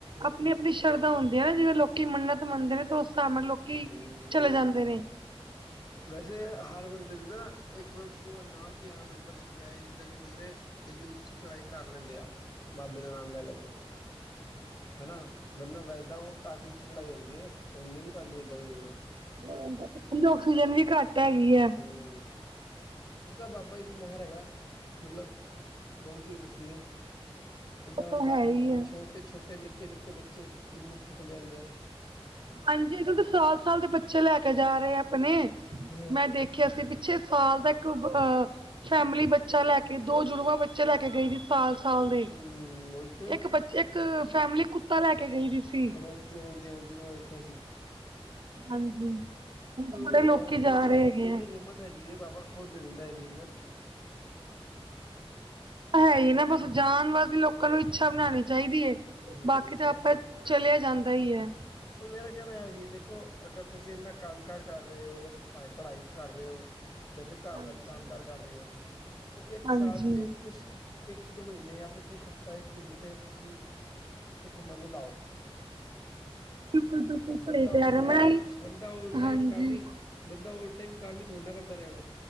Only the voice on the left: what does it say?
ਹਮ
ਹਮ
ਵੈਸੇ, ਹਰ ਬੰਦੇ ਦੀ ਨਾ ਇੱਕ ਨਾ ਕਿਹਾ ਬੰਦਾ ਕਿ ਬੰਦੇ ਇੰਨੀ ਉੱਚੀ ਚੜਾਈ ਕਰ ਲੈਂਦੇ ਆ, ਬਾਬੇ ਦਾ ਨਾਮ ਲੈਣ ਲੱਗੇ ਹਨਾ। ਬੰਨਾ, ਵੈਸੇ ਉਹ ਕਾਫ਼ੀ ਉੱਚੀ ਚੜਾਈ ਹੁੰਦੀ ਹੈ ਹੁੰਣ ਵੀ ਨੀ ਪਾਉਂਦੀ ਵੀ ਦੇਖੋ।
ਹੂੰ। ਉਸ ਤਾ ਬਾਬਾ ਜੀ ਦੀ ਮਹਿਰ ਹੈਗਾ, ਮਤਲਬ ਹੁਣ ਕੀ ਦੱਸੀਏ? ਇਹਨਾ
ਬੰਦਾ
ਛੋਟੇ-ਛੋਟੇ, ਨਿੱਕੇ-ਨਿੱਕੇ ਬੱਚੇ ਇਹਨੂੰ ਪੁਛ ਲਿਆਂਂਦੇ ਆ।
ਹਮ
ਹੂੰ ਉਹੀ ਤੇ
ਹਾਂਜੀ, ਹਾਂਜੀ। ਹਾਂਜੀ ਮੈਂ ਵੇਖਿਆ ਸੀ।
ਤੇ ਉਹੀ
ਤਾਂ
ਕਹਿਣਾ
ਕਿ ਮਤਲਬ
ਇੰਨੀ ਹਿੰਮਤ ਹੈਗੀ ਹੈ, ਬਾਬਾ ਖੁਦ ਦੇ ਦਿੰਦਾ ਇੰਨੀ ਹਿੰਮਤ।
ਹੂੰ
ਉਹ ਮੇਰਾ ਕਹਿਣਾ ਇਹ ਸੀ ਦੇਖੋ, ਅਗਰ ਤੁਸੀਂ ਇੰਨਾ ਕੰਮ ਕਾਰ ਕਰ ਰਹੇ ਹੋ ਜਾਂ ਪੜ੍ਹਾਈ ਕਰ ਰਹੇ ਹੋ ਵੈਸੇ, ਘਰ
ਦਾ ਵੀ ਕੰਮ ਕਾਰ ਕਰ ਰਹੇ ਹੋ ਤੇ ਇੱਕ
ਸਾਲ ਚ ਕੁਛ ਇੱਕ ਦੋ ਮਹੀਨੇ ਜਾਂ ਫੇਰ ਇੱਕ ਹਫਤਾ, ਇੱਕ ਮਹੀਨੇ ਤੇ ਤੁਸੀਂ ਕਿੱਥੇ ਘੁੰਮਣ ਨੂੰ ਲਾਓ।
ਬੰਦਾ
ਓਲ
ਟਾਈਮ, ਬੰਦਾ ਓਲ
ਟਾਈਮ ਕੰਮ ਹੀ, ਬੰਦਾ ਓਲ ਟਾਈਮ ਕੰਮ ਹੀ ਥੋੜਾ ਨਾ ਕਰਦਾ ਰਹੇਗਾ।